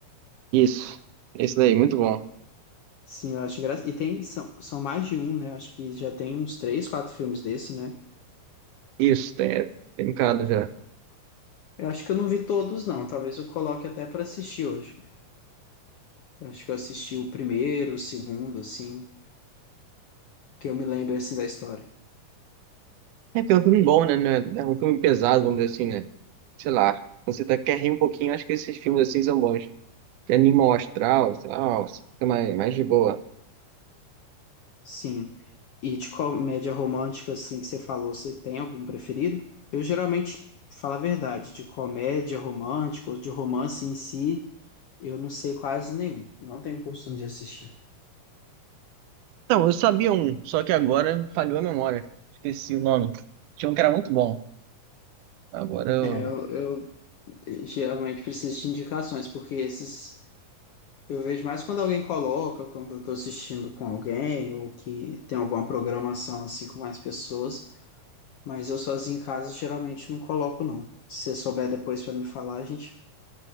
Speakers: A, on the right; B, on the left.
A: Isso. Esse daí, muito bom.
B: Sim, eu acho engraçado. E tem, são, são mais de um, né? Eu Acho que já tem uns três, quatro filmes desse, né?
A: Isso, tem, tem um cara já.
B: Eu acho que eu não vi todos, não. Talvez eu coloque até pra assistir hoje. Eu acho que eu assisti o primeiro, o segundo, assim, que eu me lembro, assim, da história.
A: É, porque é um filme bom, né? não É é um filme pesado, vamos dizer assim, né? Sei lá. Quando Você tá, quer rir um pouquinho, acho que esses filmes assim são bons. Que é animal astral, sei lá, ó, você fica mais, mais de boa.
B: Sim. E de comédia romântica, assim, que você falou, você tem algum preferido? Eu geralmente, falo a verdade, de comédia romântica ou de romance em si, eu não sei quase nenhum. Não tenho costume de assistir.
A: Então, eu sabia um, só que agora falhou a memória. Esqueci o nome. Tinha um que era muito bom. Agora eu.
B: É, eu, eu geralmente preciso de indicações, porque esses eu vejo mais quando alguém coloca, quando eu tô assistindo com alguém, ou que tem alguma programação assim com mais pessoas, mas eu sozinho em casa geralmente não coloco, não. Se você souber depois pra me falar, a gente